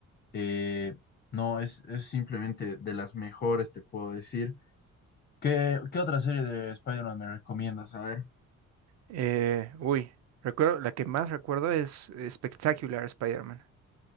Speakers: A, on the left; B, on the right.
A: eh, no, es, es simplemente de las mejores, te puedo decir. ¿Qué, qué otra serie de Spider-Man me recomiendas? A ver.
B: Eh, uy, recuerdo, la que más recuerdo es eh, Spectacular Spider-Man.